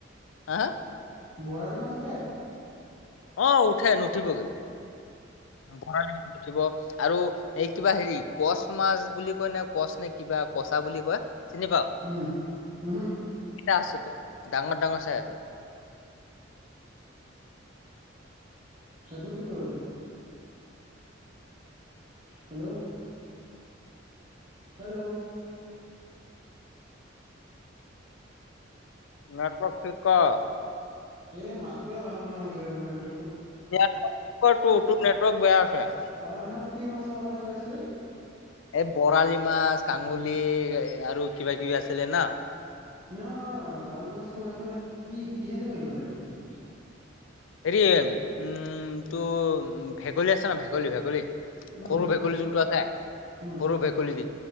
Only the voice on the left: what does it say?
হাঁ-হাঁ?
অঁ', -উঠে, নুঠিব কে'লে বৰালি মাছ উঠিব আৰু- এই কিবা হেৰি কচ মাছ বুলি কয় নে কচ নে কিবা কচা বুলি কয়। চিনি পাওঁ? <inaudible>
এ' আছে তো ডাঙৰ-ডাঙৰ চাই আছে।
নেটৱৰ্ক ঠিক কৰ।
নেটৱৰ্ক টো ঠিক কৰ তোৰ নেটৱৰ্ক বেয়া হৈছে।
এই বৰালি মাছ, কান্দুলি আৰু কিবা-কিবি আছিলে না।
হেৰি উম' টো ভেকুলী আছে ন ভেকুলী ভেকুলী
সৰু ভেকুলী যোনটো আছে,
সৰু ভেকুলী দি।